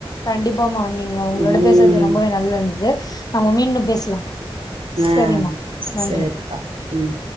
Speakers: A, on the left (about 45°); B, on the right (about 75°).
A: கண்டிப்பாமா வந்தீங்க ஒங்களோட
B: ம்
A: பேசுறது ரொம்பவே நல்லா இந்தது நம்ம மீண்டும் பேசலா
B: ஆ
A: சரிங்கம்மா நன்றி
B: சரிக்கா ம்